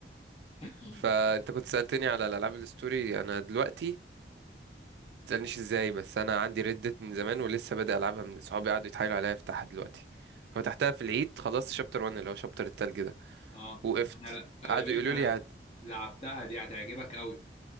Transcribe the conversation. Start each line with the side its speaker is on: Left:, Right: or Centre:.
Left: <laughs>
Right: فانت كنت سألتني على الالعاب الستوري انا دلوقتي تسألنيش ازاي بس انا عندي ردت من زمان ولسه بادئ العبها من صحابي قعدوا يتحايلوا عليا افتحها دلوقتي فتحتها في العيد خلصت شابتر 1 اللي هو شابتر التلج ده
Left: اه
Right: وقفت
Left: انا خلي
Right: قعدوا
Left: بالك
Right: يقولوا
Left: انا
Right: لي هت...
Left: لعبتها دي هتعجبك قوي